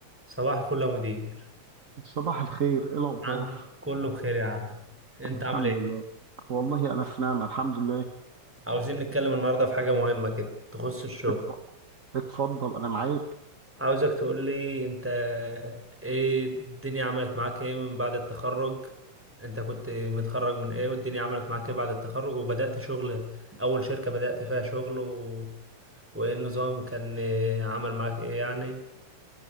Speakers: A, in the centre; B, on the right.
A: صباح الفل يا مدير
B: صباح الخير ايه الاخبار
A: عامل كله بخير يا عم انت
B: الحمد
A: عامل ايه
B: لله والله انا في نعمه الحمد لله
A: عاوزين نتكلم النهارده في حاجه مهمه كده تخص الشغل
B: اتف- اتفضل انا معاك
A: عاوزك تقول لي انت ايه الدنيا عملت معاك ايه من بعد التخرج انت كنت متخرج من ايه والدنيا عملت معاك ايه بعد التخرج وبدأت شغل اول شركه بدأت فيها شغل و... وايه النظام كان اه، عمل معاك ايه يعني